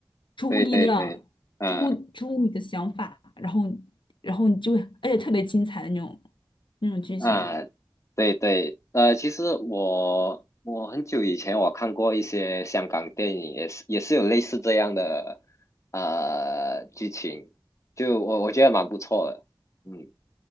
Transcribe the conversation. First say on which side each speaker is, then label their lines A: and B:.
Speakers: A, on the left; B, on the left.
A: 出乎意料，
B: 对对对，嗯
A: 出乎出乎你的想法，然后然后你就会而且特别精彩的那种那种剧情的，
B: 啊，对对，呃，其实我我很久以前我看过一些香港电影，也是也是有类似这样的呃剧情，就我我觉得蛮不错的，嗯